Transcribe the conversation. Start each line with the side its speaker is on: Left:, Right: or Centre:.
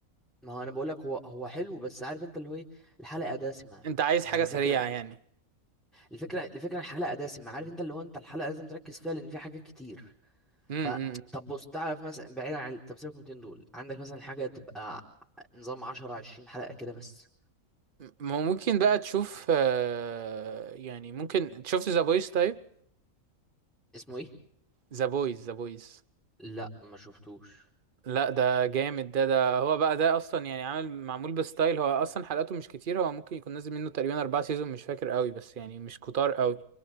Centre: ما هو أنا بقولك هو هو حلو بس عارف أنت اللي هو إيه الحلقة دسمة
Right: أنت عايز
Centre: فالفكرة
Right: حاجة سريعة يعني
Centre: الفكرة الفكرة الحلقة دسمة عارف أنت اللي هو أنت الحلقة لازم تركز فيها لأن في حاجات كتير
Right: امم
Centre: ف طب بص تعرف مثلا بعيدا عن طب سيبك من 200 دول عندك مثلا حاجة تبقى نظام 10 20 حلقة كده بس
Right: ما هو ممكن بقى تشوف آه، يعني ممكن شفت ذا بويز طيب
Centre: اسمه ايه؟
Right: ذا بويز ذا بويز
Centre: لا ما شفتوش
Right: لا ده جامد ده ده هو بقى ده أصلا يعني عامل معمول بستايل هو أصلا حلقاته مش كتير هو ممكن يكون نازل منه تقريبا أربعة سيزون مش فاكر قوي بس يعني مش كتار قوي